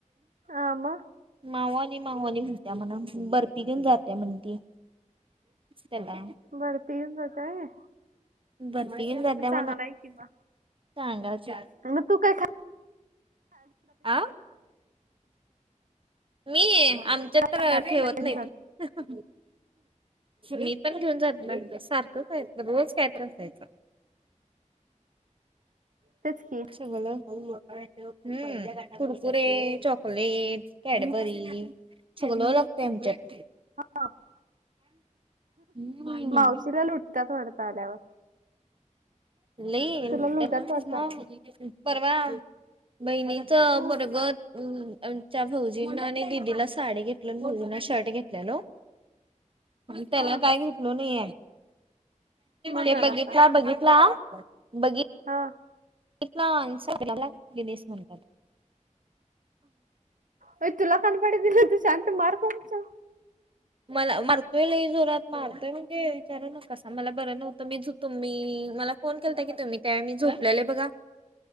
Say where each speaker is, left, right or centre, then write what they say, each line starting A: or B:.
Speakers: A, on the right; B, on the right.
A: आम
B: मावाली मावली होत्या म्हणा बर्फी घेऊन जाते म्हण त ला
A: बर्फी घेऊन जाताय.
B: बतीन करद
A: चांगला
B: मण
A: आहे कि मग.
B: सांगा च
A: मग तू काय ख
B: आ मी आमच्यात तर
A: तुमची
B: ठेवत नाही मी पण घेऊन जात ब सारखंचयचं रोज काय त्रास यायच
A: तेच की
B: सग ह् कुरकुरे चॉकलेट कॅडबरी सगल लागते आमच्याक
A: हा
B: हम्म.
A: मावशीला लुटत वडत आल्यावर
B: लई
A: तुला लुटतात
B: म पररवा
A: वाटतं.
B: बई नाही
A: हा
B: बरग हम आमच्या भाौऊजीना आणि दिदीला साडी घेतल भाौजींना शर्ट घेतलेलं त्याला
A: हा
B: काय घेतल नाहीय
A: म्हणून
B: ते
A: रडालता
B: बघितला बघ बघित
A: हा
B: गश म्हण
A: अ तुला कनपडी दिलं तू शांत मारकमचा
B: मला मारतोय ल जोरात मारतोय म्हणजे विचार न कसा मला बरं नव्हतं मी झ तुम्ही मला फोन केलता की तुम्ही त्या मी झोपलेले बघा